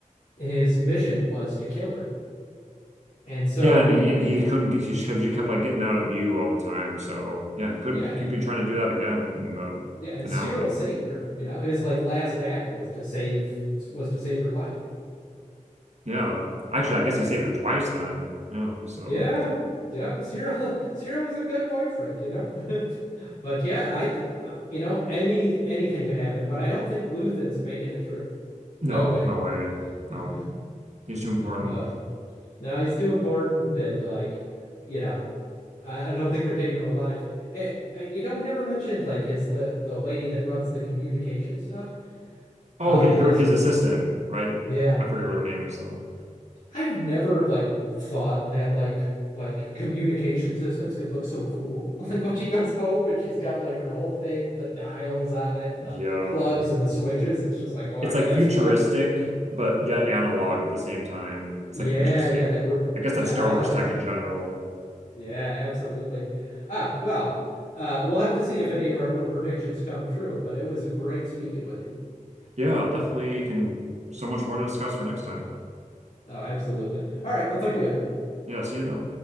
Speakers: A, on the left; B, on the right.
A: his mission was to kill her. And so
B: Yeah, and he, and he couldn't get, he kept, he kept like getting out of view all the time. So, yeah, he could,
A: yeah,
B: he
A: and
B: could be trying to do that again in the
A: yeah, and
B: finale.
A: Cyril saved her, you know. His like last act was to save was to save her life.
B: Yeah. Actually, I guess he saved her twice then. Yeah, so.
A: Yeah, yeah. Cyril, <laughs> Cyril was a good boyfriend, you know. <laughs> But yeah, I, th um, you know, any anything could happen. But I don't think Luthen's making it through. No
B: No,
A: way.
B: no way. No,
A: <laughs>
B: he's too important.
A: Uh, no, he's too important, and like, you know, I, I don't think they're taking him alive. Eh, eh, you know, we never mentioned like his li the lady that runs the communication stuff. Uh,
B: Oh, he, her,
A: his,
B: his assistant,
A: eh,
B: right?
A: yeah.
B: I forget what her name is though.
A: I've never like thought that like like communication systems could look so cool. <laughs> Like when she goes home and she's got like her whole thing with the dials on it and the
B: Yeah,
A: plugs and the switches, it's just like, oh, I
B: it's
A: bet
B: like
A: that's
B: futuristic,
A: fun.
B: but yet analog at the same time. It's
A: Yeah,
B: like an interesting,
A: yeah, that re-
B: I guess that's
A: yeah,
B: Star
A: I thought
B: Wars
A: it
B: tech
A: was
B: in general.
A: yeah, absolutely. Ah, well, uh we'll have to see if any of our little predictions come true, but it was great speaking with you.
B: Yeah, definitely can so much more to discuss for next time.
A: Oh, absolutely. All right, I'll talk to you later.
B: Yeah, see you then.